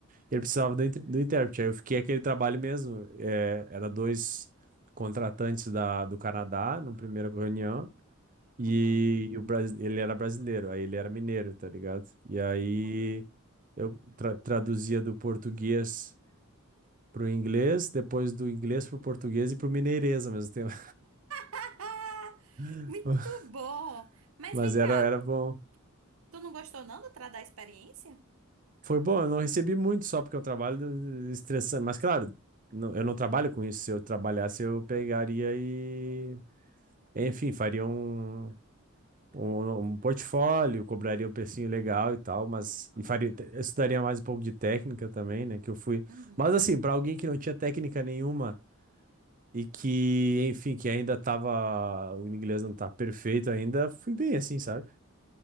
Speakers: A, on the right; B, on the right.
A: e ele precisava do, inter- do intérprete. Aí eu fiquei aquele trabalho mesmo. É, era dois contratantes da, do Canadá, na primeira reunião, e
B: uhum,
A: o, Bras- ele era brasileiro, aí ele era mineiro, tá ligado? E aí
B: uhum.
A: eu tra- traduzia do português pro inglês, depois do inglês pro português e pro mineirês ao mesmo tempo.
B: <laughs>
A: <laughs>
B: Muito bom! Mas
A: Mas
B: vem
A: era,
B: cá,
A: era bom.
B: tu não gostou não do tra- da experiência?
A: Foi bom, eu não recebi muito só porque eu trabalho estressante. Mas claro, não- eu não trabalho com isso. Se eu trabalhasse, eu pegaria e, enfim, faria um, um, um portfólio, cobraria um precinho legal e tal, mas e faria, eu estudaria mais um pouco de técnica também, né? Que eu fui.
B: Uhum.
A: Mas assim, para alguém que não tinha técnica nenhuma e que, enfim, que ainda tava. O inglês não tá perfeito ainda, fui bem assim, sabe?